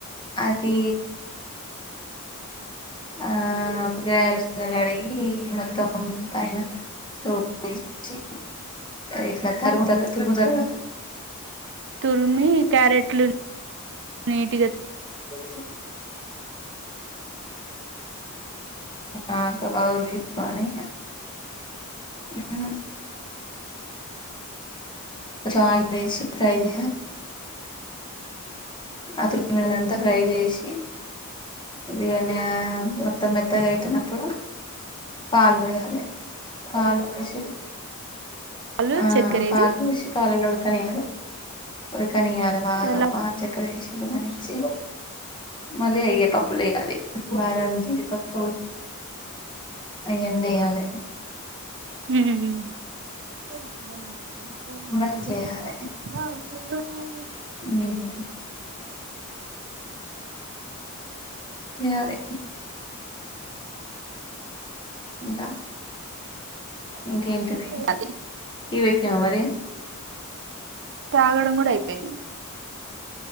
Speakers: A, on the left; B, on the right.
A: అదీ ఆ గ్యాస్ ని కడిగి మొత్తం పైన తోలు తీసి ఇట్ల తరుగుతరు తురుముతరు.
B: తురిమి క్యారెట్లు నీట్ గా
A: కొ అ అ ఒక బౌల్ తీస్కోని ఉ ఉమ్ కొంచం అయిల్ వేసి ఫ్రై చెయ్యాలి అ తర్వాత మ అం ంత ఫ్రై చేసీ అది అన్ని మొత్తం మెత్తగా ఐతున్న ఇప్పుడు పాలు పోయాలి పాలు పోశి
B: పాలు
A: ఆ
B: చక్కెర వేసి
A: పాలు పోశి పాలల్లో ఉడకనియ్యాలి కనియాల బాగా
B: తర్లా
A: బా బేషనుగొనిచ్చి మళ్లీ అయ్యేటప్పు లేగాలి వారంజి పప్పు అయన్నిగాలే
B: హ్మ్
A: బంద్ చేయాలె హ యాలే ఇంగా ఇంకేంటిది
B: అది
A: టీ వట్న మరి
B: తాగడం గుడ అయిపోయింది